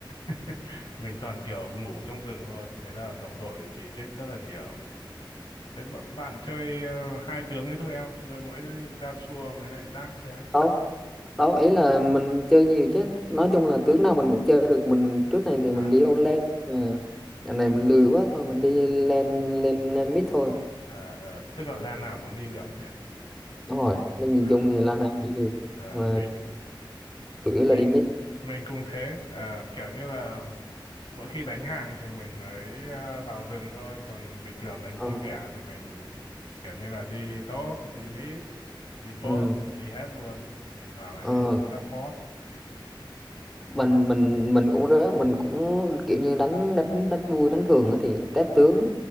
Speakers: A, on the left; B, in the centre.
A: <laughs> Mình toàn kiểu ngủ trong rừng thôi. Thế là đồng đội chỉ trích rất là nhiều. Thế bạn, bạn chơi ờ, hai tướng ấy thôi à? Chơi mỗi Yasuo mới lại rác thôi á.
B: đó đó ý là mình chơi nhiều chứ nói chung là tướng nào mình cũng chơi được mình trước này thì
A: À,
B: mình đi all lane nhưng mà dạo này mình lười quá thôi mình đi lên lên lên mid thôi
A: ờ, ờ, tức là lan nào cũng đi được nhỉ.
B: đúng rồi nên
A: Ờ,
B: nhìn chung thì là nào đi được
A: ờ,
B: mà
A: mình,
B: chủ yếu là
A: mình,
B: đi mid
A: mình cũng thế. Ờ, kiểu như là mỗi khi đánh hạng thì mình mới ờ, vào rừng thôi. Còn bình thường đánh
B: ờ,
A: vui vẻ thì mình kiểu như là đi top, đi mid, đi bot,
B: ừ,
A: đi hết luôn. Thỉnh thoảng lại
B: ờ,
A: đi support.
B: mình mình mình cũng rớ mình cũng kiểu như đánh đánh đánh vui đánh thường á thì test tướng